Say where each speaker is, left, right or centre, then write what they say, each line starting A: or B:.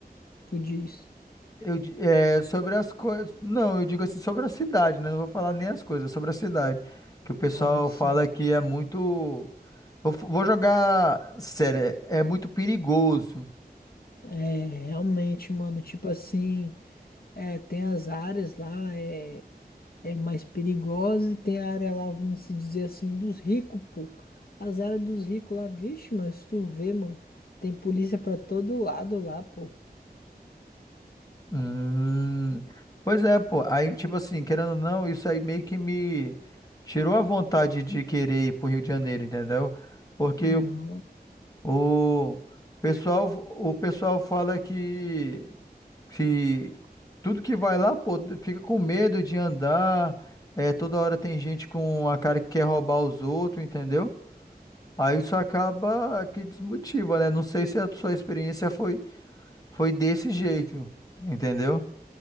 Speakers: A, on the left; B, on the left.
A: Tu diz.
B: Eu, di- é, sobre as coisas. Não, eu digo assim, sobre a cidade, né? Não vou falar nem as coisas, sobre a cidade. Que o pessoal
A: Ah, sim.
B: fala que é muito. Vou, f- vou jogar. Sério, é, é muito perigoso.
A: É, realmente, mano, tipo assim, é, tem as áreas lá, é, é mais perigosa e tem a área lá, vamos se dizer assim, dos ricos, pô. As áreas dos ricos lá, vixe, mano, se tu vê, mano, tem polícia pra todo lado lá, pô.
B: Hum, pois é, pô.
A: Ah,
B: Aí, tipo assim, querendo ou não, isso aí meio que me tirou a vontade de querer ir pro Rio de Janeiro, entendeu? Porque
A: uhum.
B: o pessoal, o pessoal fala que, que tudo que vai lá, pô, fica com medo de andar. É, toda hora tem gente com a cara que quer roubar os outros, entendeu? Aí isso acaba que desmotiva, né? Não sei se a sua experiência foi, foi desse jeito, entendeu?